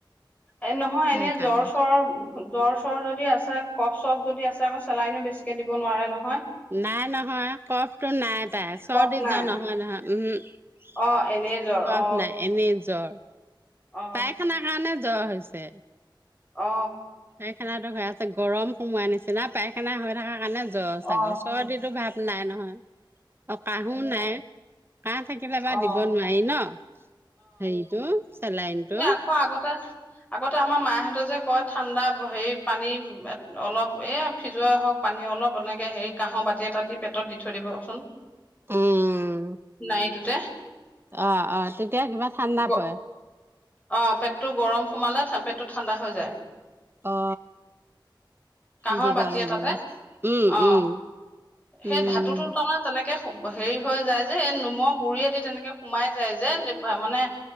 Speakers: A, on the left; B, on the right.
A: এ নহয়
B: সেইকাৰণে
A: এনে জ্বৰ চ্বৰৰ। জ্বৰ চ্বৰ যদি আছে কফ চপ যদি আছে আকৌ চেলাইনো বেছিকে দিব নোৱাৰে ন'।
B: নাই নহয় কফটো নাই তাই চৰ্দি
A: কফ নাই
B: জ্বৰ নহয় নহয় উম।
A: অ এনেই জ্বৰ
B: কফ
A: অ
B: নাই এনেই জ্বৰ।
A: অ
B: পাইখানা কাৰণে জ্বৰ হৈছে।
A: অ।
B: পায়খানাতো হৈ আছে গৰম সোমাৱা নিচিনা পায়খানা হৈ থকাৰ কাৰণে জ্বৰ চাগে,
A: অ অ
B: চৰ্দিটো ভাৱ নাই নহয়। অ কাহো নাই। কাহ থাকিলে বাৰু
A: অ অ
B: দিব নোৱাৰি ন হেৰিটো? চেলাইনটো
A: এ আকৌ আগতে আগতে আমাৰ মা হতৰ যে কয় ঠাণ্ডা হেৰি পানী অলপ এই ফ্ৰীজৰে হওক পানী অলপ এনেকে হেৰি কাহ বাটি এটা দি পেটত দি থৈ দিবচোন
B: উম
A: নাৰটোতে।
B: অ অ তেতিয়া কিবা ঠাণ্ডা
A: গ
B: পৰে।
A: অ পেটটো গৰম সোমালে পেটটো ঠাণ্ডা হৈ যায়।
B: অ
A: কাঁহৰ
B: দিব
A: বাতি
B: লাগিব।
A: এটাতে
B: উম
A: অ
B: উম।
A: সেই
B: উম
A: ধাতুটো তাৰমানে তেনেকে তেনকে হেৰি হৈ যায় যে এই নোমৰ গুৰিয়েদি তেনেকে সোমাই যায় যে মানে